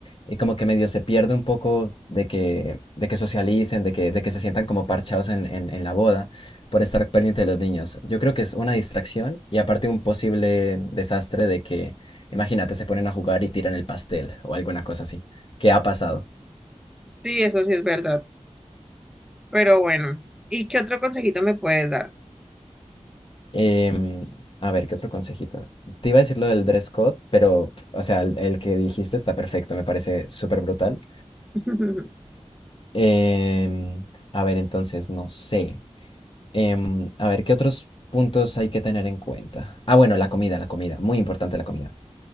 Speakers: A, on the left; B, in the centre.
A: y como que medio se pierde un poco de que, de que socialicen, de que, de que se sientan como parchados en, en, en la boda por estar pendiente de los niños. Yo creo que es una distracción y aparte un posible desastre de que, imagínate, se ponen a jugar y tiran el pastel o alguna cosa así, ¿Qué ha pasado.
B: Sí, eso sí es verdad. Pero bueno, ¿y qué otro consejito me puedes dar?
A: Em, a ver, ¿qué otro consejito? Te iba a decir lo del dress code, pero, pf, o sea, el, el que dijiste está perfecto, me parece súper brutal.
B: <laughs>
A: Em, a ver, entonces, no sé. Em, a ver, ¿qué otros puntos hay que tener en cuenta? Ah, bueno, la comida, la comida, muy importante la comida.